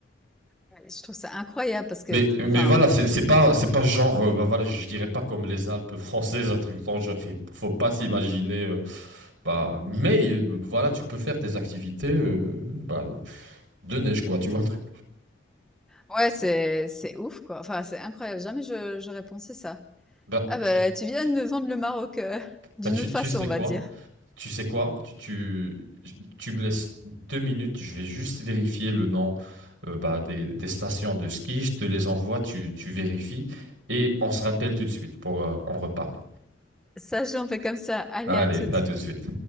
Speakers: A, in the centre; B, on the right.
A: Ouais, Je trouve ça incroyable parce que,
B: Mais,
A: t-
B: mais
A: enfin,
B: voilà, c'est c'est pas, c'est pas genre, euh, bah voilà, je dirais pas comme les Alpes françaises, un truc dans le genre. Faut faut pas s'imaginer. euh, bah, mais euh, voilà, tu peux faire des activités euh, bah, de neige, quoi, tu vois le truc.
A: ouais, c'est c'est ouf quoi. Enfin, c'est incroyable. Jamais je j'aurais pensé ça.
B: Bah,
A: Ah bah,
B: tu,
A: tu viens
B: tu-
A: de me vendre le Maroc euh, d'une
B: bah, tu,
A: autre
B: tu
A: façon,
B: sais
A: on va
B: quoi?
A: dire.
B: Tu sais quoi? Tu, tu, tu me laisses deux minutes, je vais juste vérifier le nom euh, bah, des, des stations de ski, je te les envoie, tu, tu vérifies et on se rappelle tout de suite pour euh, en reparler.
A: Ça, j'en fais comme ça. Allez,
B: Allez,
A: à toutes.
B: à tout de suite.